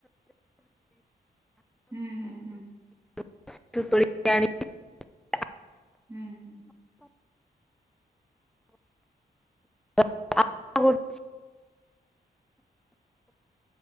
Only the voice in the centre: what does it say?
<unintelligible> ତୋଳି ଆଣି <unintelligible>
<unintelligible>